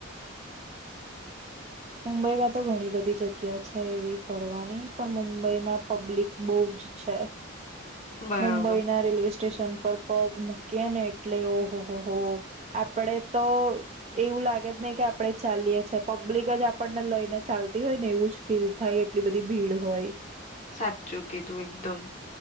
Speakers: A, on the right; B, on the left.
A: મુંબઈમાં તો ઘણી બધી જગ્યા છે એવી ફરવાની પણ મુંબઈમાં પબ્લિક બહુ જ છે.
B: બરાબર
A: મુંબઈ ના રેલવે સ્ટેશન પર પગ મૂકીએ ને એટલે ઓહો હો હો આપડે તો એવું લાગે જ નહી કે આપડે ચાલીએ છેએ પબ્લિક જ આપ આપણને લઈ ને ચાલતી હોય ને એવું જ ફીલ થાય એટલી બધી ભીડ હોય.
B: સાચ્ચું કીધું એકદમ.